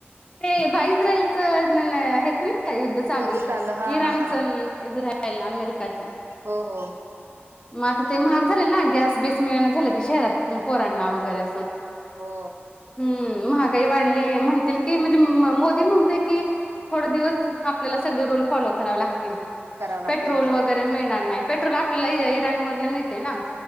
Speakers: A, on the left; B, on the right.
A: ते बाइजराइल च न हेच न. युद्ध चालू.
B: चाललं हा
A: इराण
B: हा हा
A: च इजराइल अमेरिकाचं.
B: हो हो.
A: मग आता ते महाग झाले ना. गॅस बीस मिळना झाले तर पोरांना वगैरे असं.
B: हो.
A: हम्म महागाई वाढली. म्हणतील की म्हणजे मोदी म्हणतय की, थोड दिवस आपल्याला सगळे रूल फॉलो करावे लागतील.
B: करावं लागतंय
A: पेट्रोल
B: हो
A: वगैरे मिळणार नाय. पेट्रोल आपल्याला इराणमधन मिळते ना.